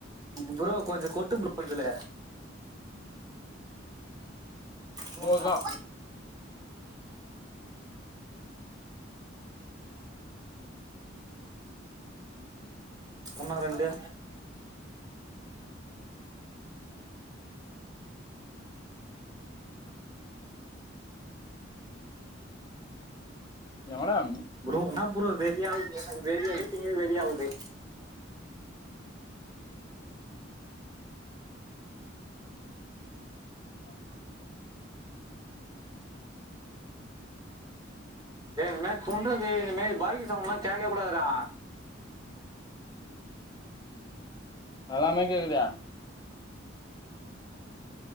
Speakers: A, on the right; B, on the left.
A: ப்ரோ கொஞ்சம் கொட்டு ப்ரோ இதுல போதான்
B: அவ்ளோதா
A: உன்னோ ரெண்டு
B: எவட
A: ப்ரோ நா அப்புறம் வெறியிவுது <unintelligible> எனக்கு வெறியகுது
B: <inaudible>
A: ஏ இன்தமாரி தொன்றது பாக்கி சவுண்டலாம் கேட்கவே கூடாதுறா
B: எல்லாமே கேக்குதே